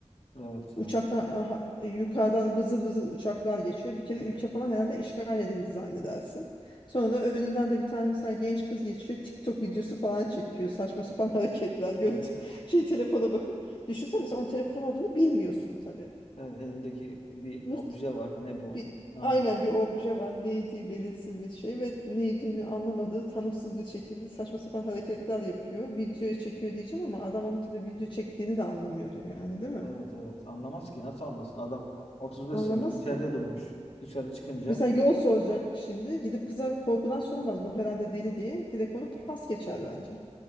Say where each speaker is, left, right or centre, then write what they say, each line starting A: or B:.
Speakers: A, on the left (about 60°); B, on the left (about 40°).
A: Evet
B: Uçaktan
A: ya.
B: aha, yukarıdan vızıl vızıl uçaklar geçiyor. Bir kere
A: Hı
B: ülke falan herhalde işgal edildi zannedersin. Sonra da önünden de bir tane mesela genç kız geçiyor. TikTok videosu falan çekiyor. Saçma sapan <laughs> hareketler. Görüntü,
A: hı.
B: şey telefona bakıp. Düşünsene mesela onun telefon olduğunu bilmiyorsun tabii.
A: Evet elindeki bir
B: Mut,
A: obje var. Ne bu?
B: bir,
A: Ne
B: aynen
A: yapıyor?
B: bir obje var. Neydi belirsiz bir şey ve neydiğini anlamadığı tanımsız bir şekilde saçma sapan hareketler yapıyor. Videoya çekiyor diyeceğim ama adam onu tabii video çektiğini de anlamıyordur yani değil mi?
A: Evet evet. Anlamaz ki. Nasıl anlasın? Adam 35
B: Anlamaz
A: senedir içeride
B: ki.
A: durmuş. Dışarı çıkınca
B: Mesela yol soracak şimdi. Gidip kıza korkudan soramaz. Bu herhalde deli diye. Direkt onu pas geçer bence.